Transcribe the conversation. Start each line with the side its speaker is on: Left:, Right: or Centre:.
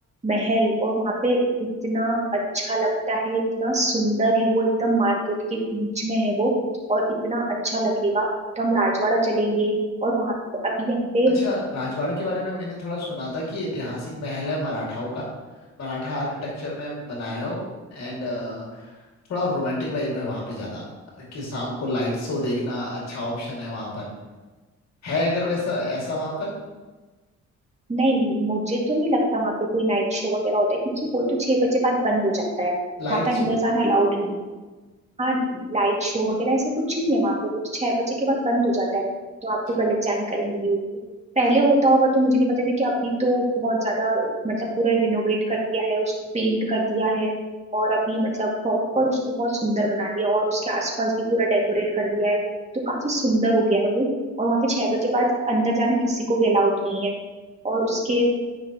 Right: महल और वहां पे इतना अच्छा लगता है इतना सुंदर है वो एकदम मार्केट के बीच में है वो और इतना अच्छा लगेगा तो हम राजवाड़ा चलेंगे और वहां अभी यहाँ पे
Left: अच्छा राजवाड़ा के बारे में मैंने थोड़ा सुना था कि ये ऐतिहासिक महल है मराठाओं का मराठा आर्किटेक्चर में बनाया हो एंड थोड़ा रोमांटिक वाइब है वहाँ पे ज्यादा कि शाम को लाइट शो देखना अच्छा ऑप्शन है वहाँ पर है अगर वैसा ऐसा वहाँ पर
Right: नहीं मुझे तो नहीं लगता वहां पे कोई नाइट शो वगैरह होता है क्योंकि वो तो छह बजे बाद बंद हो जाता है
Left: Light
Right: वहां पे अंदर
Left: show
Right: जाना अलाउड नहीं हाँ लाइट शो वगैरह ऐसा कुछ नहीं है वहां पर वो तो छह बजे के बाद बंद हो जाता है तो आपको
Left: अच्छा
Right: गलत जानकारी मिली होगी पहले होता होगा तो मुझे नहीं पता क्योंकि अभी तो बहुत ज्यादा मतलब पूरा रिनोवेट कर दिया है उसको पेंट कर दिया है और अभी मतलब प्रॉपर उसको बहुत सुंदर बना दिया और उसके आसपास भी पूरा डेकोरेट कर दिया है तो काफी सुंदर हो गया है वो और वहाँ पे छह बजे बाद अंदर जाना किसी को भी अलाउड नहीं है और उसके